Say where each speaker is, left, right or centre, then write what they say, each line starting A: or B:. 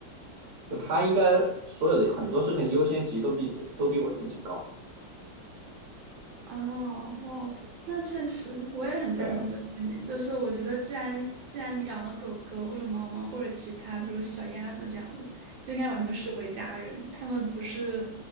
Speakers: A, on the right; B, on the right.
A: 就它应该所有的很多事情的优先级都比都比我自己高，
B: 哦，哇，我这那确实，我也很赞同这个观点。
A: 对。
B: 就是我觉得，既然既然养了狗狗或者猫猫或者其他，比如小鸭子这样的，就应该把它们视为家人。他们不是，